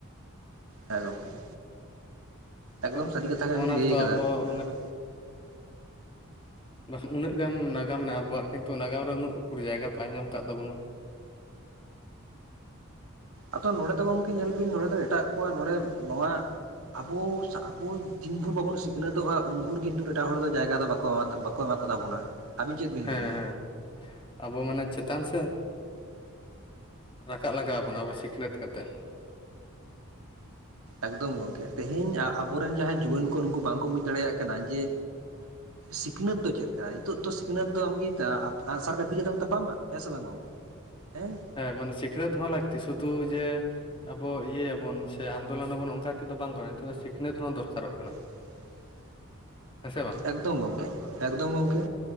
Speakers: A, on the right; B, on the left.
A: ᱦᱮᱸ ᱜᱚᱝᱠᱮ ᱮᱠᱫᱚᱢ
B: ᱛᱚ
A: ᱥᱟᱹᱨᱤ ᱠᱟᱛᱷᱟ ᱜᱮᱵᱤᱱ
B: ᱚᱱᱟ
A: ᱞᱟᱹᱭ
B: ᱠᱚᱫᱚ
A: ᱟᱠᱟᱫᱟ
B: ᱟᱵᱚ
A: ᱦᱮᱸ᱾
B: ᱢᱟᱱᱮ ᱵᱟᱝ ᱩᱱᱟᱹᱜ ᱜᱟᱱ ᱱᱟᱜᱟᱢ ᱢᱮᱱᱟᱜᱼᱟ ᱟᱵᱚᱣᱟᱜ ᱠᱤᱱᱛᱩ ᱱᱟᱜᱟᱢ ᱨᱮ ᱩᱱᱟᱹᱜ ᱤᱠᱷᱩᱨ ᱡᱟᱭᱜᱟ ᱵᱟᱭ ᱧᱟᱢ ᱟᱠᱟᱜ ᱛᱟᱵᱚᱱᱟ᱾
A: ᱟᱫᱚ ᱱᱚᱸᱰᱮ ᱫᱚ ᱜᱚᱢᱠᱮ ᱧᱮᱞ ᱵᱤᱱ ᱱᱚᱰᱮ ᱫᱚ ᱮᱴᱟᱜ ᱠᱚᱣᱟᱜ ᱱᱚᱰᱮ ᱱᱚᱣᱟ, ᱟᱵᱚ ᱟᱵᱚ ᱫᱤᱱ ᱵᱷᱳᱨ ᱵᱟᱵᱚᱱ ᱥᱤᱠᱷᱱᱟᱹᱛᱚᱜᱼᱟ ᱩᱱᱵᱷᱨ ᱠᱤᱱᱛᱩ ᱮᱴᱟᱜ ᱦᱚᱲ ᱫᱚ ᱡᱟᱭᱜᱟ ᱫᱚ ᱵᱟᱠᱚ ᱠᱚ ᱮᱢᱟ ᱠᱚᱛᱟ ᱵᱚᱱᱟ᱾ ᱟᱹᱵᱤᱱ ᱪᱮᱫ ᱵᱤᱱ
B: ᱦᱮᱸ
A: ᱞᱟᱹᱭᱟ
B: ᱦᱮᱸ ᱟᱵᱚ ᱢᱟᱱᱮ ᱪᱮᱛᱟᱱ ᱥᱮᱫ ᱨᱟᱠᱟᱵ ᱞᱟᱜᱟᱣ ᱵᱚᱱᱟ ᱟᱵᱚ ᱥᱤᱠᱷᱱᱟᱹᱛ ᱠᱟᱛᱮᱜ᱾
A: ᱮᱠᱫᱚᱢ ᱜᱚᱢᱠᱮ ᱛᱮᱦᱤᱧ ᱟᱵᱚᱨᱮᱱ ᱡᱟᱦᱟᱸᱭ ᱡᱩᱣᱟᱹᱱ ᱠᱚ ᱱᱩᱠᱩ ᱵᱟᱝᱠᱚ ᱵᱩᱡᱽ ᱫᱟᱲᱮᱭᱟᱜ ᱠᱟᱱᱟ ᱡᱮ ᱥᱤᱠᱷᱱᱟᱹᱛ ᱫᱚ ᱪᱮᱫ ᱠᱟᱱᱟ ᱦᱤᱛᱚᱜ ᱫᱚ ᱥᱤᱠᱷᱱᱟᱹᱛ ᱫᱚ ᱟᱢ ᱟᱸᱜᱼᱥᱟᱨ ᱠᱟᱯᱤ ᱠᱟᱛᱮᱢ ᱛᱟᱯᱟᱢᱟ ᱦᱮᱸ ᱥᱮ ᱵᱟᱝ ᱜᱚᱝᱠᱮ? ᱦᱮᱸ
B: ᱦᱮᱸ ᱢᱟᱱᱮ ᱥᱤᱠᱷᱱᱟᱹᱛ ᱦᱚᱸ ᱞᱟᱹᱠᱛᱤ ᱥᱤᱫᱷᱩ ᱡᱮ ᱟᱵᱚ ᱤᱭᱟᱹ ᱟᱵᱚᱱ ᱥᱮ ᱟᱱᱫᱳᱞᱚᱱ ᱟᱵᱚᱱ ᱚᱱᱠᱟᱛᱮᱫ ᱫᱚ ᱵᱟᱝ ᱜᱟᱱᱚᱜᱼᱟ ᱱᱤᱛᱚᱜ ᱫᱚ ᱥᱤᱠᱷᱱᱟᱹᱛ ᱦᱚᱸ ᱫᱚᱨᱠᱟᱨᱚᱜ ᱠᱟᱱᱟ᱾
A: <inaudible>
B: ᱦᱮᱸ ᱥᱮ ᱵᱟᱝ?
A: ᱮᱠᱫᱚᱢ ᱜᱚᱢᱠᱮ ᱮᱠᱫᱚᱢ ᱜᱚᱢᱠᱮ᱾